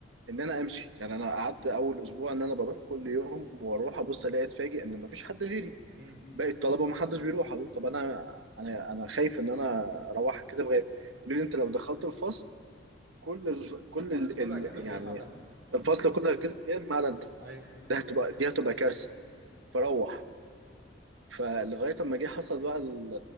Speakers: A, on the right (about 80°); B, on the right (about 60°).
A: ان انا امشي يعني انا قعدت اول اسبوع ان انا بروح كل يوم واروح ابص الاقي اتفاجئ ان مفيش حد غيري
B: امم
A: باقي الطلبه ما حدش بيروح أقول لهم طب انا انا انا خايف ان انا اروح كده بغير يقولوا لي انت لو دخلت الفصل كل ال... كل ال...
B: الفصل كله
A: ال...
B: هيتكتب غياب
A: يعني
B: ما عدا انت
A: الفصل كله هيتكتب غياب ما عدا انت
B: ايوه
A: ده هتبقى دي هتبقى كارثه فروح فلغايه اما جه حصل بقى ال-